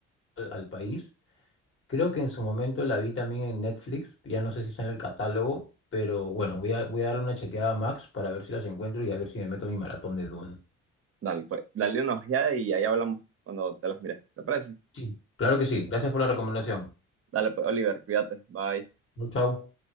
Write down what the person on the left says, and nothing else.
al, al país, creo que en su momento la vi también en Netflix, ya no sé si está en el catálogo, pero bueno, voy a, voy a darle una chequeada a Max para ver si las encuentro y a ver si me meto mi maratón de Dune.
Sí. Claro que sí, gracias por la recomendación.
Chau, chau.